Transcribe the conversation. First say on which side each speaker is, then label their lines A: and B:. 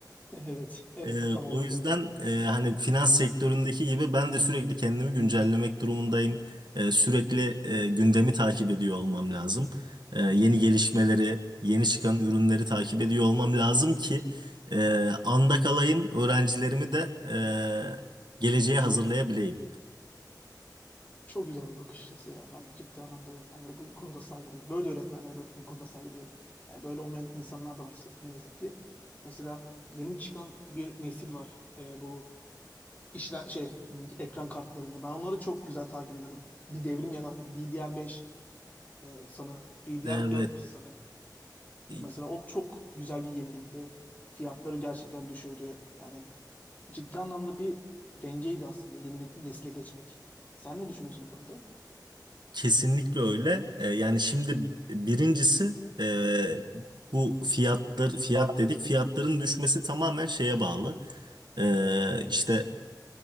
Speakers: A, on the left; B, on the right.
A: <laughs> Evet, evet
B: Ee,
A: tam
B: o
A: olarak
B: yüzden
A: öyle.
B: e, hani finans sektöründeki gibi ben de sürekli kendimi güncellemek durumundayım. Ee, sürekli e, gündemi takip ediyor olmam lazım. Ee, yeni gelişmeleri, yeni çıkan ürünleri takip ediyor olmam lazım ki e, anda kalayım, öğrencilerimi de e, geleceğe hazırlayabileyim.
A: Çok güzel bir bakış açısı ya. Ben ciddi anlamda öğretmenlere bu konuda saygı duyuyorum. Böyle öğretmenlere böyle bu konuda saygı duyuyorum. Yani böyle olmayan insanlar da var ne yazık ki. Mesela yeni çıkan bir nesil var. Ee, bu işler şey ekran kartlarında. Ben onları çok güzel takip ediyordum. Bir devrim yarattı. DDR5 e, sanırım. DDR4
B: Evet,
A: sanırım.
B: e,
A: Mesela o çok güzel bir yenilikti. Fiyatları gerçekten düşürdü. Hani ciddi anlamda bir dengeydi aslında yeni ne- nesile geçmek. Sen ne düşünüyorsun bu konuda?
B: kesinlikle öyle. E, yani şimdi birincisi e, bu fiyatlar, fiyat dedik. Fiyatların düşmesi tamamen şeye bağlı. e, işte